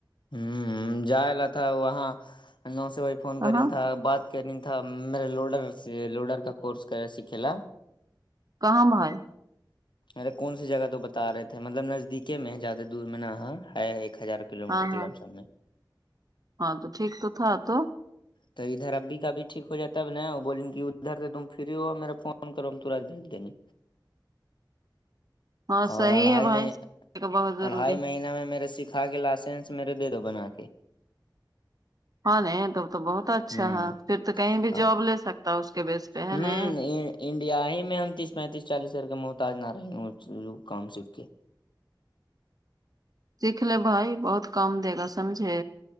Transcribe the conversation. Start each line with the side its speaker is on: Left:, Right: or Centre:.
Left: ہمم جائے تھا وہاں نو سے فون
Right: کہاں
Left: کر رہی تھا بات کرنا تھا میرا لوڈر لوڈر کا کورس سکھے لا
Right: کہاں بھائی
Left: اری کون سی جگہ تو بتا رہے تھے مطلب نزدیکی میں زیادہ دور میں نہا ہے ایک ہزار کلو
Right: ہاں
Left: میٹر
Right: ہاں
Left: کے لام سامنے
Right: ہاں تو ٹھیک تو تھا تو
Left: تو ادھر ابھی کا ابھی ٹھیک ہو جا ہے نا بول رہی ادھر سے تم فری ہو میرا فون کرو تورنت بھیج دین گے
Right: ہاں
Left: اور
Right: صحیح
Left: اڑھائی
Right: ہے بھائی
Left: میں
Right: کا بہت ضروری
Left: اڑھائی مہینہ میں میرے سکھا کے لائسنس میرے دے دو بنا کے
Right: ہاں نہیں تب تو بہت اچھا
Left: ہ
Right: ہے پھر تو کہیں بھی
Left: ہاں
Right: جاب لے سکتا اس کے بیس پے ہے
Left: ہوں
Right: نا
Left: انڈیا ہی میں ہم تیس پینتیس چالیس ہزار کا محتاج نہ رہے کام سیکھ کے
Right: سیکھ لے بھائی بہت کم دے گا سمجھے